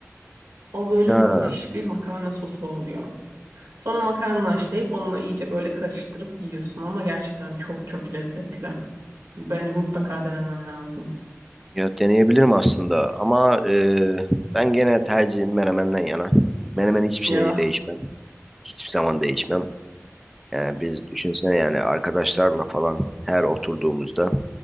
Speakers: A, on the right; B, in the centre.
A: O böyle
B: Ha,
A: müthiş bir makarna sosu oluyor. Sonra makarnayı haşlayıp onunla iyice böyle karıştırıp yiyorsun ama gerçekten çok çok lezzetli. Bence mutlaka denemen lazım.
B: ya deneyebilirim aslında ama e, ben gene tercihim menemenden yana. Menemen hiçbir
A: Ya
B: şey değişmem. Hiçbir zaman değişmem. Yani biz düşünsene yani arkadaşlarla falan her oturduğumuzda